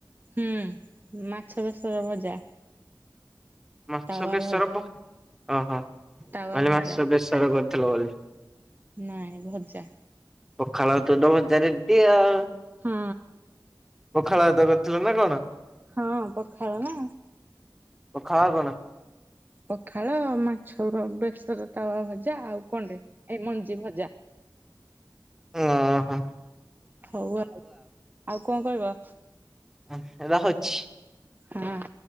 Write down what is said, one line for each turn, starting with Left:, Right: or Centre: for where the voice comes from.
Right: ହୁଁ ମାଛ ବେଶର ଭଜା।
Centre: ମାଛ
Right: ତାୱା
Centre: ବେସର
Right: ଭଜା
Centre: ଭ ଅଃ
Right: ତାୱା
Centre: <unintelligible>
Right: ଭଜା
Centre: ମାସ ବେସର କରିଥିଲ ବୋଲି।
Right: ନାଇଁ ଭଜା
Centre: ପଖାଳ ଭାତକୁ ତ ଭଜା ରେଡି ଆଉ।
Right: ହଁ।
Centre: ପଖାଳ ଭାତ କରିଥିଲ ନା କଣ।
Right: ହଁ ପଖାଳ ନା।
Centre: ପଖାଳ ଆଉ କଣ।
Right: ପଖାଳ ମାଛର ବେସର ତାୱା ଭଜା ଆଉ କଣ୍ଡେ ଏଇ ମଞ୍ଜି ଭଜା।
Centre: ଅଃ।
Right: ହୋଉ ଆଉ ଆଉ କଁ କହିବ।
Centre: ହଁ ରହୁଛି।
Right: ହୁଁ।